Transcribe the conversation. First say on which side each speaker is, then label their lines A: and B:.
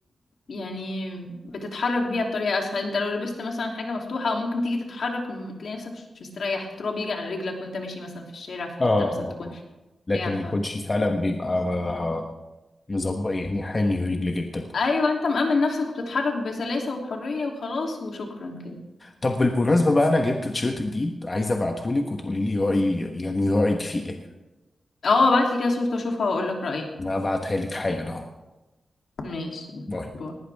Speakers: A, on the left; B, on the left.
A: يعني بتتحرك بيها بطريقه اسهل انت لو لبست مثلا حاجه مفتوحه او ممكن تيجي تتحرك م- تلاقي نفسك مش مستريح تراب يجي على رجلك وانت ماشي مثلا في الشارع في حته
B: اه
A: مثلا
B: اه اه
A: تكون
B: لكن
A: بتاع
B: الكوتشي فعلا بيبقى آه، مظبط يعني حامي رجل جدا
A: ايوه انت مأمن نفسك وبتتحرك بسلاسة وبحرية وخلاص وشكرا كده
B: طب بالمناسبة بقى انا جبت تيشيرت جديد عايز ابعتهولك وتقولي لي رأيي يعني رأيك فيه ايه
A: اه ابعت لي كده صورة اشوفها واقول لك رأيي
B: انا هبعتها لك حالا اهو
A: ماشي
B: باي
A: باي